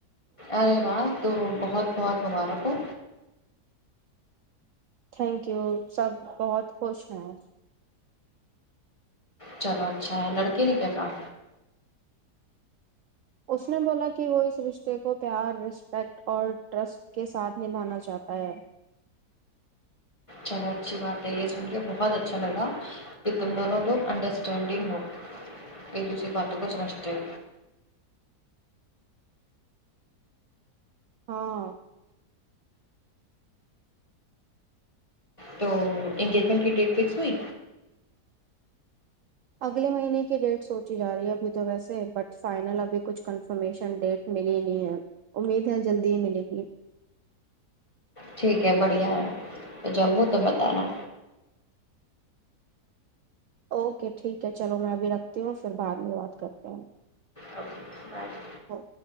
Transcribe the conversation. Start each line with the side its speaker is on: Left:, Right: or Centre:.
Left: ارے واہ تو بہت بہت مبارک ہو
Right: تھینک یو سب بہت خوش ہیں
Left: چلو اچھا ہے لڑکے نے کیا کہا
Right: اس نے بولا کی وہ اس رشتے کو پیار رسپیکٹ اور ٹرسٹ کے ساتھ نبھانا چاہتا ہے
Left: چلو اچھی بات ہے یے سن کے بہت اچھا لگا کی تم دونوں دو انڈرسٹینڈنگ ہو ایک دوسری باتوں کو سمجھتے ہو
Right: ہاں
Left: تو انگیجمنٹ کی ڈیٹ فکس ہوئی
Right: اگلے مہینے کی ڈیٹ سوچی جا رہی ہے ابھی تو ویسے بٹ فائنل ابھی کچھ کنفرمیشن ڈیٹ ملی نہیں ہے امید ہے جلدی ہی ملے گی
Left: ٹھیک ہے بڑھیا ہے تو جب ہو تب بتانا
Right: اوکے ٹھیک ہے چلو میں ابھی رکھتی ہوں پھر بعد میں بات کرتے ہے
Left: اب <inaudible>
Right: ہاں